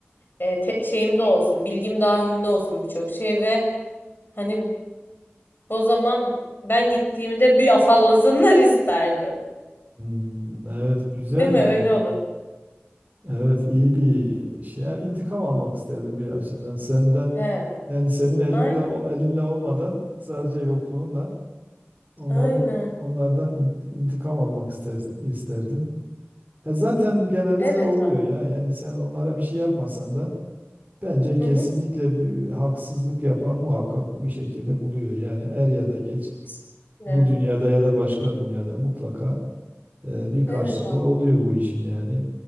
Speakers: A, on the left (about 50°); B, on the right (about 35°).
A: e, te- şeyimde olsun, bilgim dahilinde olsun birçok şey ve hani o zaman ben gittiğimde bir afallasınlar <laughs> isterdim.
B: Hmm, evet güzel
A: Değil mi?
B: yani.
A: Öyle Yani olur.
B: Evet iyi bir şey. Yani intikam almak isterdim bir açıdan. Senden
A: He.
B: yani senin elinde
A: Ay-
B: o elinle olmadan sadece yokluğunla onların
A: Aynen.
B: onlardan int- intikam almak ister, isterdin. E zaten genelde
A: Evet
B: de oluyor
A: abi.
B: ya. Yani sen onlara bir şey yapmasan da bence
A: Hı
B: kesinlikle
A: hı.
B: bir haksızlık yapan muhakkak bir şekilde buluyor. Yani er ya da geç.
A: Kesinlikle.
B: bu dünyada ya da başka dünyada mutlaka e, bir karşılığı
A: Evet abi.
B: oluyor bu işin yani.